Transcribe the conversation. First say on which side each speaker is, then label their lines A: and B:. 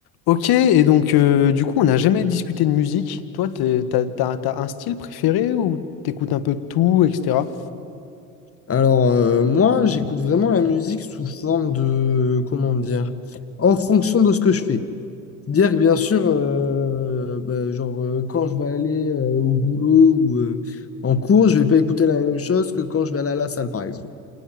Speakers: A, on the left; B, on the left.
A: Ok, et donc euh, du coup, on n'a jamais discuté de musique. Toi, t'es- t'as, t'as- t'as un style préféré ou t'écoutes un peu de tout, etc.
B: Alors, euh, moi, j'écoute vraiment la musique sous forme de, comment dire, en fonction de ce que je fais. Dire que bien sûr, euh, bah, genre, euh, quand je vais aller euh, au boulot ou euh, en cours, je vais pas écouter la même chose que quand je vais aller à la salle, par exemple.